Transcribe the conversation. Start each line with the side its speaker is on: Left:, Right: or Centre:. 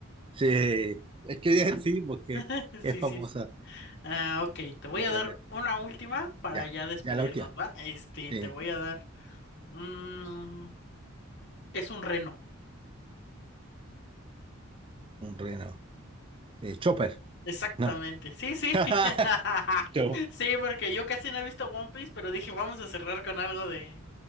Right: Sí, es que <laughs> sí, porque
Left: <laughs>
Right: es
Left: Sí,
Right: famosa.
Left: sí, sí. Ah, ok, te voy
Right: Bueno,
Left: a dar una última para
Right: ya,
Left: ya despedirnos,
Right: ya la última.
Left: ¿va? Este,
Right: Sí.
Left: te voy a dar un... Es un reno,
Right: Un reno. Eh, Chopper,
Left: exactamente.
Right: no.
Left: Sí, sí.
Right: <laughs>
Left: <laughs>
Right: Yo.
Left: Sí, porque yo casi no he visto One Piece, pero dije, vamos a cerrar con algo de,